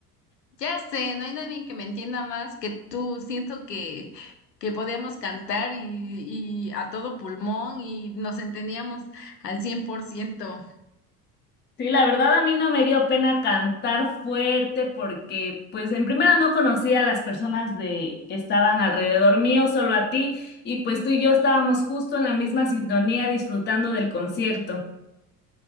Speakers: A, on the left (about 80°); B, on the left (about 20°).
A: Ya sé, no hay nadie que me entienda más que tú. Siento que, que podíamos cantar y, y a todo pulmón y nos entendíamos al 100%. <laughs>
B: Sí, la verdad a mí no me dio pena cantar fuerte porque pues en primera no conocía a las personas de que estaban alrededor mío, solo a ti, y pues tú y yo estábamos justo en la misma sintonía disfrutando del concierto.